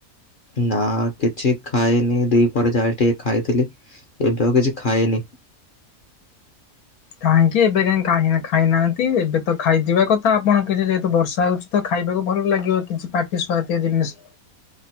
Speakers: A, on the left; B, on the left.
A: ନା କିଛି ଖାଇନି ଦି ପରେ ଯାଏ ଟିକେ ଖାଇଥିଲି ଏବେ ଆଉ କିଛି ଖାଇନି।
B: କାହିଁକି ଏବେ କାହିଁ କା ଖାଇନାହାନ୍ତି? ଏବେ ତ ଖାଇଯିବା କଥା ଆପଣ କିଛି ଯେହେତୁ ବର୍ଷା ହଉଛି। ତ ଖାଇବାକୁ ଭଲ ଲାଗିବ କିଛି ପାଟି ସୁଆତିଆ ଜିନିଷ।